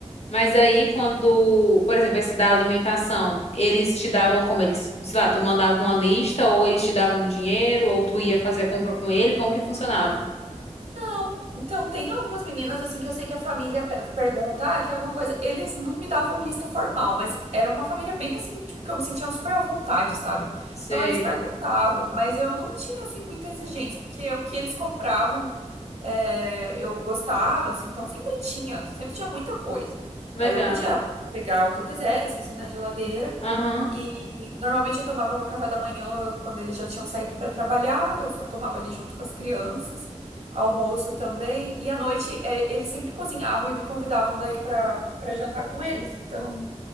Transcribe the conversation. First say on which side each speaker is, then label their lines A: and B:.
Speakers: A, on the left; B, on the right.
A: Mas aí, quando, por exemplo, esse da alimentação, eles te davam como eles, sei lá, tu mandava uma lista, ou eles te davam dinheiro, ou tu ia fazer a compra com ele, como que funcionava?
B: Não, então tem algumas meninas assim que eu sei que a família pe- pergunta, ah, quer alguma coisa? Eles não me davam lista formal, mas era uma família bem assim, tipo, que eu me sentia super à vontade, sabe?
A: Sei,
B: Então eles perguntavam, mas eu não tinha assim muita exigência, porque o que eles compravam é, eu gostava, assim, então sempre tinha, sempre tinha muita coisa.
A: legal.
B: Aí eu podia pegar o que eu quisesse, assim, na geladeira.
A: Aham.
B: E normalmente eu tomava meu café da manhã quando eles já tinham saído para trabalhar, eu fa- tomava ali junto com as crianças, almoço também, e à noite eh, eles sempre cozinhavam e me convidavam daí para para jantar com eles, então